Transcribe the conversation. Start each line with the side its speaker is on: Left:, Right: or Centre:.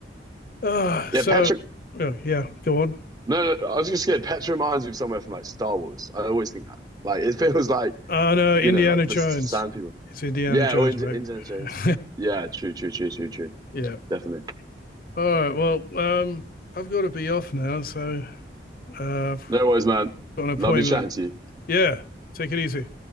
Left: Ah,
Right: Yeah,
Left: so
Right: Patrick.
Left: oh, yeah, go on.
Right: No, no, I was just scared. Patrick reminds me of somewhere from like Star Wars. I always think that. Like it feels like,
Left: Oh no,
Right: you
Left: Indiana
Right: know, like
Left: Jones.
Right: the sound people.
Left: It's Indiana
Right: Yeah,
Left: Jones,
Right: or into
Left: right?
Right: Indiana Jones.
Left: <laughs>
Right: Yeah, true, true, true, true, true.
Left: yeah.
Right: Definitely.
Left: All right. Well, um, I've got to be off now, so uh, I've
Right: No worries, man.
Left: got an appointment.
Right: Lovely chatting to you.
Left: Yeah. Take it easy.